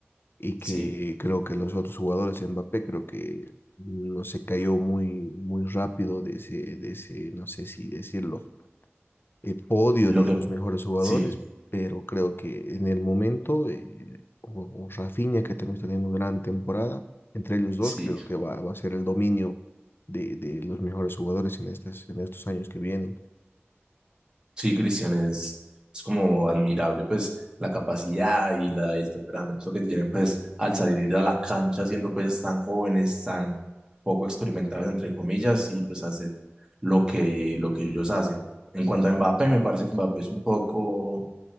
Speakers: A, on the left; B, on the right.
A: y que
B: sí.
A: creo que los otros jugadores, Mbappé, creo que no se cayó muy, muy rápido de ese, de ese, no sé si decirlo, eh, podio
B: Lo
A: de
B: que,
A: los mejores jugadores,
B: sí,
A: pero creo que en el momento, eh, o, o Rafinha, que también está teniendo gran temporada, entre ellos dos
B: sí.
A: creo que va, va a ser el dominio de, de los mejores jugadores en, estas, en estos años que vienen.
B: Sí, Cristian, es, es como admirable pues la capacidad y la, el temperamento que tienen pues al salir a la cancha siendo pues tan jóvenes, tan poco experimentados entre comillas y pues hacer lo que, lo que ellos hacen. En cuanto a Mbappé, me parece que Mbappé es un poco,